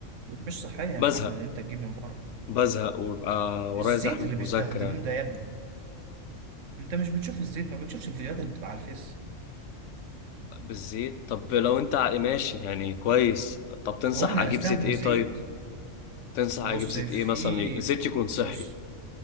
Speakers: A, on the right; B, on the left.
A: مش صحية يا
B: بزهق
A: محمد انت تجيب من بره
B: بزهق ويبقى ورايا
A: الزيت
B: زحمة
A: اللي
B: مذاكرة
A: بيستخدموه ده يا ابني انت مش بتشوف الزيت ما بتشوفش الفيديوهات اللي بتبقى على الفيس
B: بالزيت طب لو انت ع- ماشي يعني كويس طب تنصح
A: هو احنا
B: اجيب
A: هنستخدم
B: زيت ايه
A: زيت
B: طيب تنصح
A: بص
B: اجيب زيت
A: في
B: ايه مثلا زيت
A: في-
B: يكون صحي
A: بص